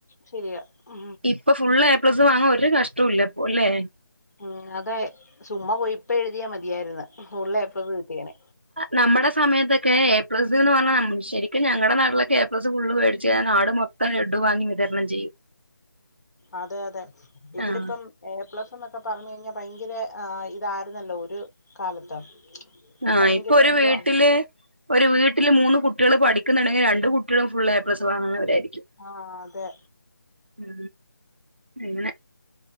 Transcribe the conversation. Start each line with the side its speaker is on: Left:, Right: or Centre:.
Left: ശരിയാ ഉ
Right: ഇപ്പൊ ഫുള് എ പ്ലസ് വാങ്ങാൻ ഒരു കഷ്ടം ഇല്ലപ്പൊ അല്ലേ
Left: ഉം അതെ ചുമ്മ പോയിപ്പ എഴുതിയ മതിയായിരുന്നു ഫുൾ എ പ്ലസ് കീട്ടിയേന
Right: നമ്മുടെ സമയത്തൊക്കെ എ പ്ലസ് എന്ന് പറഞ്ഞാ ശരിക്കും ഞങ്ങളുടെ നാട്ടിലൊക്കെ എ പ്ലസ് ഫുള് മേടിച്ച് നാട് മം ടു വാങ്ങി വിതരണം ചെയ്യും
Left: അതെ അതെ ഇവിടിപ്പം
Right: ആഹ്
Left: എ പ്ലസ് എന്നൊക്കെ പറഞ്ഞ കഴിഞ്ഞാൽ ഭയങ്കര ഇതായിരുന്നല്ലോ ഒരു കാലത്ത്
Right: ആഹ
Left: ഭയങ്കര
Right: ഇപ്പൊ ഒരു
Left: എന്തുവാ
Right: വീട്ടില് ഒരു വീട്ടില് മൂന്ന് കുട്ടികള് പഠിക്കുന്നുണ്ടെങ്കിൽ രണ്ട കുട്ടികളും ഫുള്ളായി പ്രസവാങ്ങുന്നവരായിരിക്കും
Left: ആഹ് അതെ
Right: ഉ പിന്നെ